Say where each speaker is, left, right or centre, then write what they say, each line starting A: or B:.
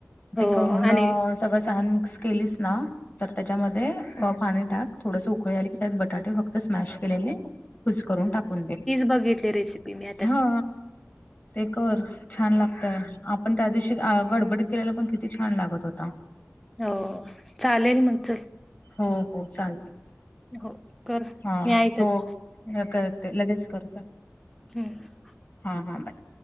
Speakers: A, in the centre; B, on the left.
A: हो
B: ते करून
A: आणि
B: सगळं सहान मिक्स केलीस ना. तर त्याच्यामध्ये प-पाणी टाक थोडस उकळी आले की त्यात बटाटे फक्त स्मॅश केलेले कुच करून टाकून दे.
A: बघितले रेसिपी मी आधी.
B: हा! ते कर छान लागतय आपण त्या दिवशी गडबड केलेला पण किती छान लागत होता.
A: हो चालेल मग च.
B: हो हो चालत,
A: हो कर
B: हा
A: मी आहेतच.
B: हो. नकळत क, लगेच करतोय.
A: हम्म.
B: हां हां बाय.